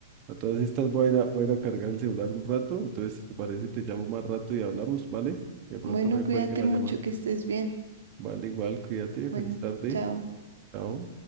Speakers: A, on the right; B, on the right.
A: A todas estas voy a ir a, voy a ir a cargar el celular un rato, entonces si te parece te llamo más rato y hablamos, ¿vale? Que de pronto
B: Bueno,
A: no se
B: cuídate
A: cuelgue la
B: mucho,
A: llamada.
B: que estés bien.
A: Vale, igual, cuídate,
B: Bueno,
A: feliz tarde,
B: chao.
A: chao.